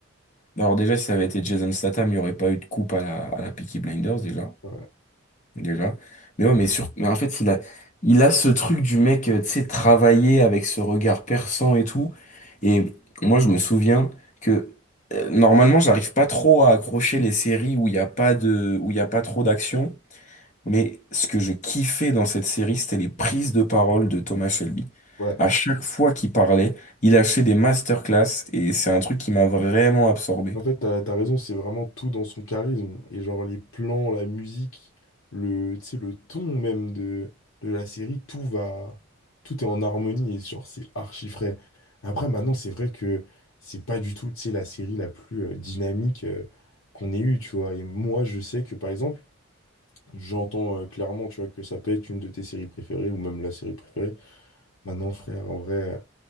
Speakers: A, on the left (about 35°); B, on the left (about 70°).
A: Bah, Alors déjà, si ça avait été Jason Statham, il n'y aurait pas eu de coupe à la, à la Peaky Blinders déjà.
B: Ouais.
A: Déjà. Mais ouais, mais sur, mais en fait, il a, il a ce truc du mec, euh, tu sais, travailler avec ce regard perçant et tout. Et moi, je me souviens que euh, normalement, j'arrive pas trop à accrocher les séries où il n'y a pas de, où il y a pas trop d'action. Mais ce que je kiffais dans cette série, c'était les prises de parole de Thomas Shelby.
B: Ouais.
A: À chaque fois qu'il parlait, il a fait des masterclass et c'est un truc qui m'a vraiment absorbé.
B: En fait, t'as, t'as raison, c'est vraiment tout dans son charisme. Et genre les plans, la musique, le, tu sais, le ton même de, de la série, tout va, tout est en harmonie et genre c'est archi frais. Après, maintenant, c'est vrai que c'est pas du tout, tu sais, la série la plus euh, dynamique euh, qu'on ait eue, tu vois. Et moi, je sais que par exemple, j'entends euh, clairement, tu vois, que ça peut être une de tes séries préférées ou même la série préférée. Maintenant, frère, en vrai, euh,